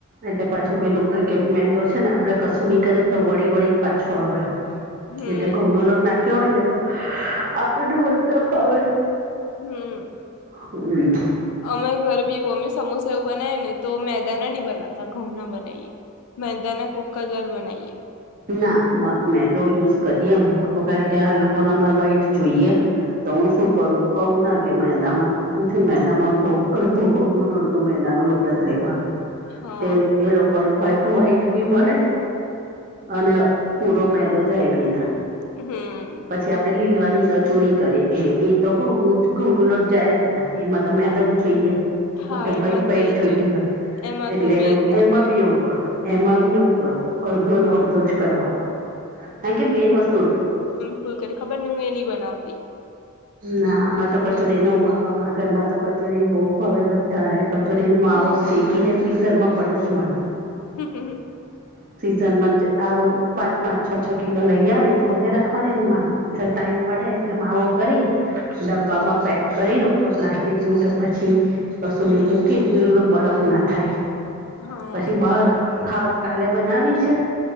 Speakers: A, on the right; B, on the left.
A: એટલે પાછું પેલું ક મેદો છે ને આપડે કશું બી કરીને તો વળી વળી ને પાછો આવે.
B: હમ
A: એટલે ઘઉં નો લોટ નાખ્યો હોય ને તો આપણું વર્તા ફાવે.
B: હમ્મ.
A: હમ્મ.
B: અમારે ઘરે બી એવું અમે સમોસા એવું બનાય ને તો મેદાના નની બનાતા ઘઉં ના બનાવીએ. મેદા ના કોક કાઝ વાર બનાઈએ.
A: ના મ મેદો યુઝ કરીએ અમે લોકો કારણ કે આ લોકો ન અમાર વાઈટ જોઈએ. તો હું શું કરું કહું ના કે મેદામાં, હું છું મેદામાં ઘઉં અડધો ઘઉં નો અડધો મેદાનો લોટ જ લેવાનો.
B: હા
A: તેલ એ લોકોને ભય વ્હાઈટ બી મળે અને પૂરો મેદો જાય બી ના.
B: હમ,
A: પછી આપડે લીલવાની કચોરી કરીએ એ તો ઘઉં ન ઘઉં નો લોટ જાય જ ને, એમાં તો મેદો જ જોઈએ,
B: હા
A: મ
B: એમાં
A: વ્હાઈટ વ્હાઈટ
B: તો એજ
A: જોઈતી
B: જોય
A: હોય
B: એમાં
A: એટલે
B: તો મેં
A: એ
B: એજ નાખીએ.
A: એમાં બી એવું, એમાં બી એવું કરો, અડધો ન અડધો જ કરવાનો. કારણ કે મેન વસ્તુર
B: ફૂલ કરી ખબર ને હું એ ની બનાવતી.
A: ના, આમારે તો કચોરી ન બાપા અમારા ઘરમાં કચોરી બહુ ભાવે બધા ને. કચોરીનો માવો
B: હમ
A: શેકી ને ફ્રીઝર માં પડ્યો છે મારે તો,
B: હમ હમ,
A: <inaudible> સિઝનમાં જ આવ પાંચ પાંચ છ છ કિલો લઈ આવાની ફોલે રાખવાની મા ટાઈમ મળે. માવો, કરી ડબ્બામાં પેક કરી ઉપર પ્લાસ્ટિક નું કે પછી કસુ
B: હમ
A: બી મૂકી ને, ખુલ્લો બરફ ના થાય
B: હા
A: પછી બાર ખાવ કાલે બનાવી છે